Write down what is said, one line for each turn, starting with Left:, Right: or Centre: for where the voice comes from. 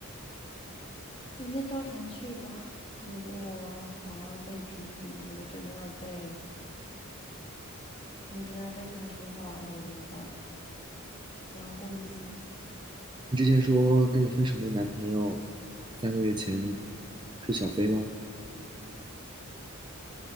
Left: 明天照常去吧。如果还要被批评，如果真的要被，如果真的要被开除的话，那也没有办法，总要过日子嘛。
Right: 你之前说跟你分手那个男朋友，三个月前是小飞吗？